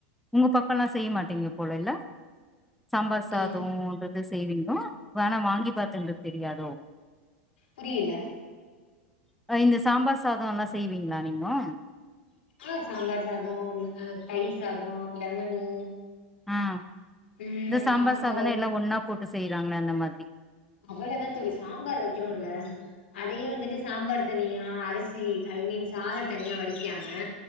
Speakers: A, in the centre; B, on the left.
A: ஒங்க பக்க ல்லா செய்ய மாட்டீங்க போல இல்ல சாம்பார் சாதோ
B: எங்
A: அது இது செய்வீங்களோ. வணா வாங்கி பாத்தன்டு தெரியாதோ.
B: புரியல
A: இந்த சாம்பார் சாதோ எல்லா செய்வீங்களா நீங்கோ
B: ஆ சாம்பார் சாதோ தயிர் சாதோ லெமனு
A: ஆ
B: ம்
A: இந்த சாம்பார்
B: அப்புறோ
A: சாதன்னு
B: அத
A: எல்லா ஒன்னா போட்டு செய்றாங்க அந்த மாதிரி
B: அவ்வளதா தோழி சாம்பார் வெக்கறோல அதையே வந்துட்டு சாம்பார் தனியா அரிசி ஐ மீன் சாதொ தனியா வடிக்காம